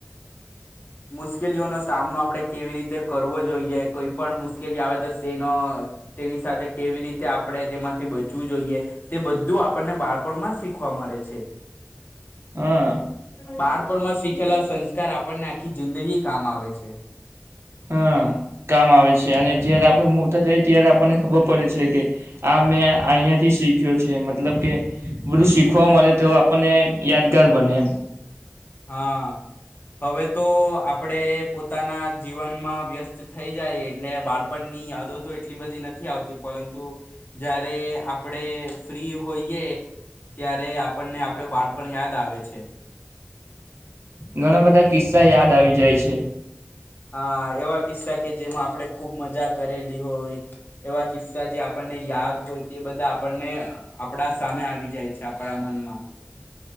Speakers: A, on the left (about 50°); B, on the right (about 80°).
A: મુશ્કેલીઓનો સામનો આપણે કેવી રીતે કરવો જોઈએ કોઈ પણ મુશ્કેલી આવે તો તેનો તેની સાથે કેવી રીતે આપણે તેમાંથી બચવું જોઈએ તે બધું આપણને બાળપણમાં શીખવા મળે છે
B: હા
A: બાળપણમાં શીખેલા સં સર આપણને આખી જિંદગી કામ આવે છે
B: હા કામ આવે છે અને જયારે આપ મોટા થઈ ત્યારે આપણને ખબર પડે છે કે આ મેં અહંયાથી શીખ્યો છે મતલબ કે બધું શીખવા મળે તો આપણને યાદગાર બને એમ
A: હા હવે તો આપડે પોતાના જીવનમાં વ્યસ્ત થઈ જાય એટલે બાળપણ ની યાદો તો એટલી બધી ન આવતી પરંતુ જા જ્યારે આપડ ફ્રી હોઈએ ત્યારે આપણને આપડો બાણપણ યાદ આવે છે
B: ઘણા બધા કિસ્સા યાદ આવી જાય છે
A: હા એવા કિસ્સા કે જેમાં આપણે ખુબ મજા કરેલી હોય એવા કિસ્સા જે આપણને યાદ હોય તે બધા આપણને આપડા સામે આવી જાય છે આપણા મનમાં